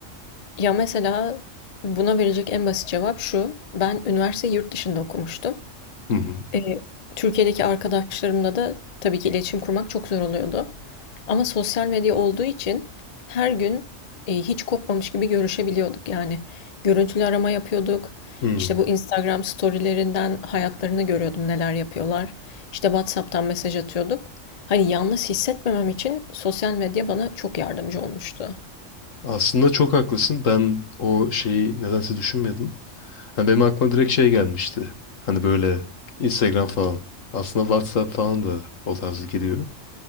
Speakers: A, on the left; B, on the left.
A: Ya mesela buna verecek en basit cevap şu. Ben üniversite yurt dışında okumuştum.
B: Hı hı.
A: Ee, Türkiye'deki arkadaşlarımla da tabii ki iletişim kurmak çok zor oluyordu. Ama sosyal medya olduğu için her gün e, hiç kopmamış gibi görüşebiliyorduk yani. Görüntülü arama yapıyorduk.
B: Hı.
A: İşte bu Instagram storylerinden hayatlarını görüyordum neler yapıyorlar. İşte WhatsApp'tan mesaj atıyorduk. Hani yalnız hissetmemem için sosyal medya bana çok yardımcı olmuştu.
B: Aslında çok haklısın. Ben o şeyi nedense düşünmedim. Hani benim aklıma direkt şey gelmişti. Hani böyle Instagram falan. Aslında WhatsApp falan da o tarzı geliyor.